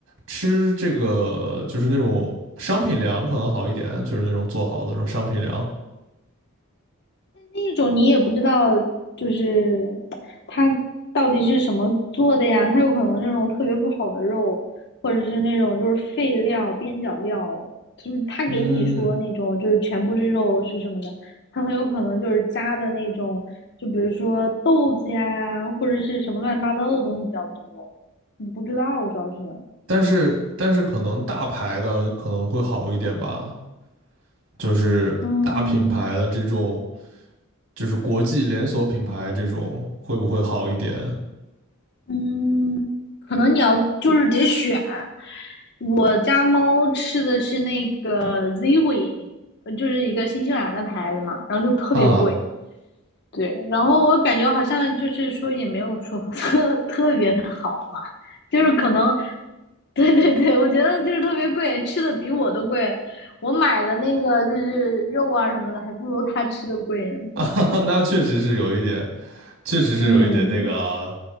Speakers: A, on the right (about 75°); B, on the left (about 55°).
A: 吃这个就是那种商品粮可能好一点，就是那种做好的那种商品粮。
B: 那那种你也不知道，就是他到底是什么做的呀？他有可能是那种特别不好的肉，或者是那种就是废料、边角料，就是他给你说那种就是全部是肉是什么的，
A: 嗯，
B: 他很有可能就是加的那种，就比如说豆子呀，或者是什么乱七八糟的东西比较多，你不知道主要是，
A: 但是但是可能大牌的可能会好一点吧，就是大品牌的这种，
B: 嗯。
A: 就是国际连锁品牌这种会不会好一点
B: 嗯，可能你要就是得选。我家猫吃的是那个 Ziwi，呃就是一个新西兰的牌子嘛，然后就特别贵。
A: 啊？
B: 对，然后我感觉好像就是说也没有说 <laughs> 特特别的好吧，就是可能，对对对，我觉得就是特别贵，吃的比我都贵。我买的那个就是肉啊什么的，还不如它吃的贵呢。
A: 啊，<laughs> 那确实是有一点，确实是有一点那个了，
B: 嗯，